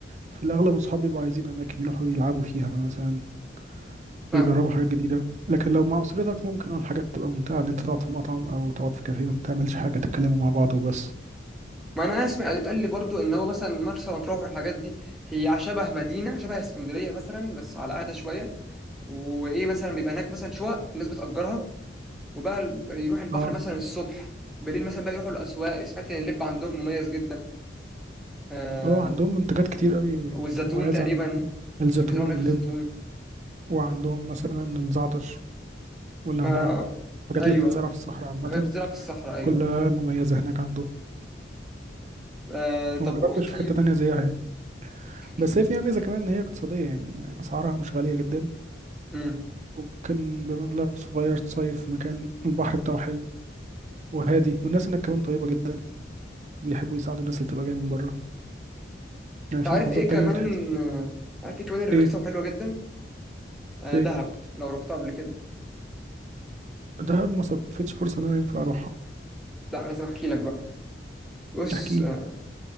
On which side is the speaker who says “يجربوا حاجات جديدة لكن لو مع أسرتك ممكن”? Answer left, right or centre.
Right